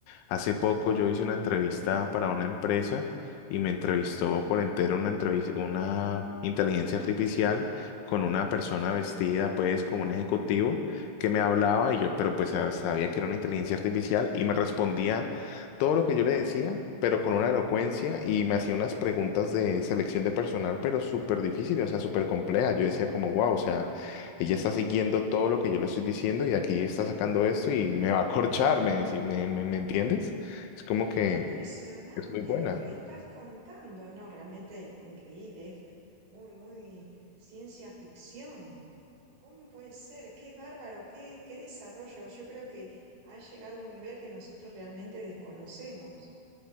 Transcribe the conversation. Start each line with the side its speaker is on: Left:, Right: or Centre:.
Left: hace poco yo hice una entrevista para una empresa y me entrevistó por entero una entrevis- una inteligencia artificial con una persona vestida, pues, como un ejecutivo que me hablaba y yo, pero pues sab- sabía que era una inteligencia artificial y me respondía todo lo que yo le decía, pero con una elocuencia y me hacía unas preguntas de selección de personal, pero súper difíciles, o sea, súper complejas. Yo decía como, wow, o sea, ella está siguiendo todo lo que yo le estoy diciendo y aquí está sacando esto y me va a corchar, me, decí- me, me, ¿me entiendes? Es como
Right: Sí,
Left: que
Right: qué impresionante
Left: es muy buena.
Right: lo que me estás contando, ¿no? Realmente increíble, es muy, muy ciencia ficción. ¿Cómo puede ser? Qué bárbaro, qué, qué desarrollo. Yo creo que ha llegado a un nivel que nosotros realmente desconocemos.